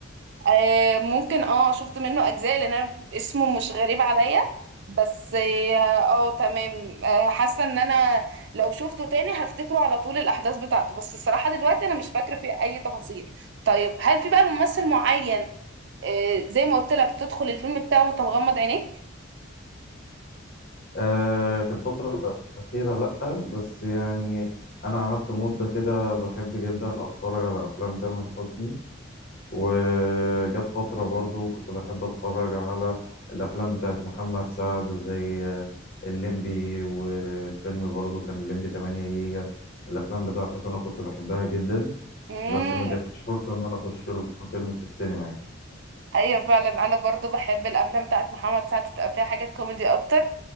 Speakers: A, on the right; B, on the left.
A: آه ممكن اه شفت منه اجزاء لان انا اسمه مش غريب عليا بس اه آه، تمام آه حاسه ان انا لو شفته تاني هفتكره على طول الاحداث بتاعته بس الصراحه دلوقتي انا مش فاكره فيه اي تفاصيل طيب هل في بقى ممثل معين آه زي ما قلت لك تدخل الفيلم بتاعه وانت مغمض عينيك
B: آه في الفترة الأخيرة لأ بس يعني أنا قعدت مدة كده بحب جدا أتفرج على أفلام تامر حسني وجت فترة برضو كنت بحب أتفرج على الأفلام بتاعت محمد سعد زي آه، الليمبي وفيلم برضو كان الليمبي 8 جيجا الأفلام بتاعته أنا كنت بحبها جدا
A: امم
B: بس ما جاتش فرصة إن أنا أخش له فيلم في السينما يعني
A: ايوه فعلا انا برضو بحب الافلام بتاعت محمد سعد بتبقى فيها حاجات كوميدي اكتر